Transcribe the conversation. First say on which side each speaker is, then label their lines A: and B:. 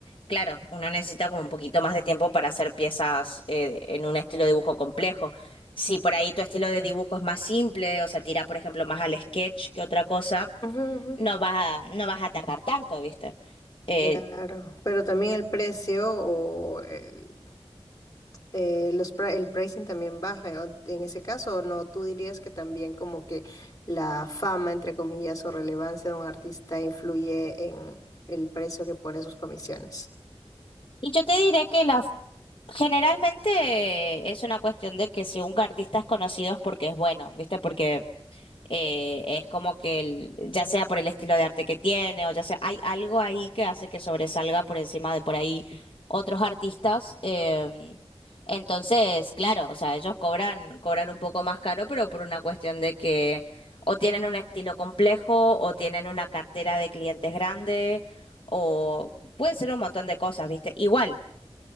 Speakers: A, on the left; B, on the left.
A: claro, uno necesita como un poquito más de tiempo para hacer piezas eh, en un estilo de dibujo complejo. Si por ahí tu estilo de dibujo es más simple, o sea, tira, por ejemplo, más al sketch que otra cosa,
B: Ujú, ujú.
A: no vas a, no vas a tardar tanto, ¿viste? Eh,
B: Claro, pero también el precio o el- eh, los, pri- el pricing también baja. En en ese caso, ¿no? ¿Tú dirías que también como que la fama, entre comillas, o relevancia de un artista influye en el precio que pone sus comisiones?
A: y yo te diré que la, generalmente eh, es una cuestión de que si un artista es conocido es porque es bueno, ¿viste? Porque eh, es como que el- ya sea por el estilo de arte que tiene o ya sea, hay algo ahí que hace que sobresalga por encima de por ahí otros artistas. em, entonces, claro, o sea, ellos cobran, cobran un poco más caro, pero por una cuestión de que o tienen un estilo complejo o tienen una cartera de clientes grande o puede ser un montón de cosas, ¿viste? Igual,